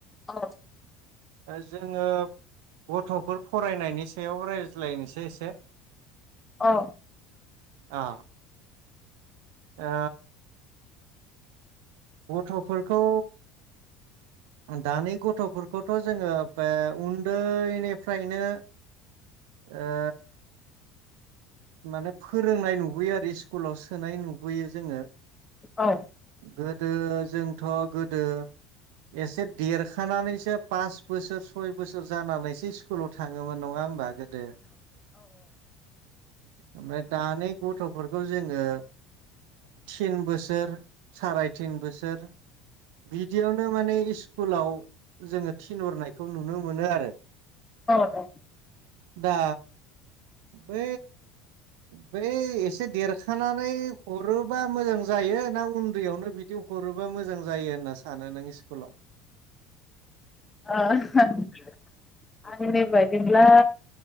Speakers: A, on the left; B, on the right.
A: औ
B: जोङो गथ'फोर फरायनायनि सायाव रायज्लायनो <unintelligible>
A: औ
B: अ ओ गथ'फोरखौ दानि गथ'फोरखौथ' जोङो बे उन्दैनिफ्रायनो ओ माने फोरोंनाय नुबोयो आरो स्कुलाव सोनाय नु बोयो जोङो
A: औ
B: गोदो जों थ' गोदो एसे देरखानानैसो पास बोसोर सय बोसोर जानानैसो स्कुलाव थां ङोमोन नङा होमबा गोदो। ओमफ्राय दानि गथ'फोरखौ जोङो थिन बोसोर साराय थिन बोसोर बिदियावनो माने इ स्कुलाव जोङो थिनहरनायखौ नुनो मोनो आरो।
A: औ ओ
B: दा बे बै एसे देरखानानै हरोबा मोजां जायो ना उन्दैयावनो बिदि हरोबा मोजां जायो होनना सानो नों इस्कुलाव
A: <unintelligible> आंनि बायदिब्ला